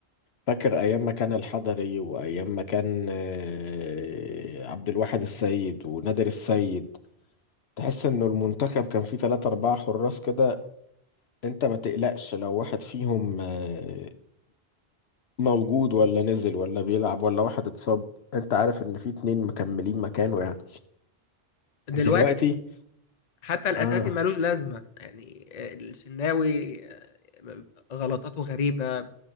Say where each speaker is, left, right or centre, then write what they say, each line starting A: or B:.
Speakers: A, on the left (about 80°); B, on the left (about 45°).
A: فاكر ايام ما كان الحضري وايام ما كان آه، عبد الواحد السيد ونادر السيد تحس انه المنتخب كان فيه ثلاثة أربعة حراس كده انت ما تقلقش لو واحد فيهم آه، موجود ولا نزل ولا بيلعب ولا واحد اتصاب انت عارف ان في اتنين مكملين مكانه يعني
B: دلوقتي
A: دلوقتي
B: حتى الاساسي
A: اه
B: ملوش لازمه يعني الشناوي آه، غلطاته غريبه آه،